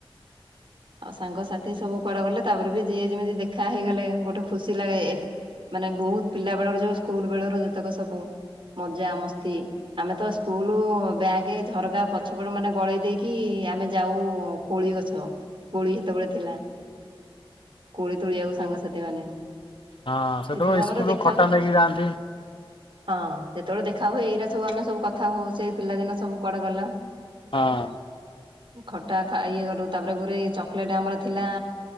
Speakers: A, on the right; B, on the left.
A: <inaudible> ଆଉ ସାଙ୍ଗସାଥି ସବୁ କୁଆଡେ ଗଲେ ତାପରେ ବି ଯିଏ ଯେମିତି ଦେଖା ହେଇଗଲେ ଗୋଟେ ଖୁସି ଲାଗେ ମାନେ ବହୁତ ପିଲା ବେଳର ଯୋଉ ସ୍କୁଲ ବେଳର ଯେତେକ ସବୁ ମଜା ମସ୍ତି ଆମେ ତ ସ୍କୁଲ ବ୍ୟାଗ୍ ଝରକା ପଛପଟ ମାନେ ଗଳେଇ ଦେଇକି ଆମେ ଯାଉ କୋଳି ଗଛ କୋଳି ସେତେବେଳେ ଥିଲା କୋଳି ତୋଳିଆକୁ ସାଙ୍ଗସାଥି ମାନେ
B: ହଁ ସେତେବେଳେ
A: ଯେତେବେଳେ ଆମର
B: ସ୍କୁଲରୁ
A: ଦେଖା
B: ଖଟା ନେଇକି ଯାଆନ୍ତି।
A: ହଁ ଯେତେବେଳେ ଦେଖା ହୁଏ ଏଇରା ସବୁ ଆମେ ସବୁ କଥା ହଉ ସେ ପିଲାଦିନ ସବୁ କୁଆଡେ ଗଲା।
B: ହଁ।
A: ଖଟା ଖାଏ <unintelligible> କରଲୁ ତାପରେ ଗୋଟେ ଚକୋଲେଟ ଆମର ଥିଲା।